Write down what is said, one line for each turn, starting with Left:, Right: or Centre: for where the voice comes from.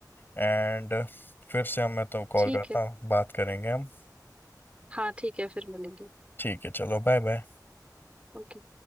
Left: एंड फिर से हम मैं तो कॉल
Right: ठीक
Left: करता
Right: है
Left: हूँ बात करेंगे हम
Right: हाँ ठीक है फिर मिलेंगे
Left: ठीक है चलो बाय बाय
Right: ओके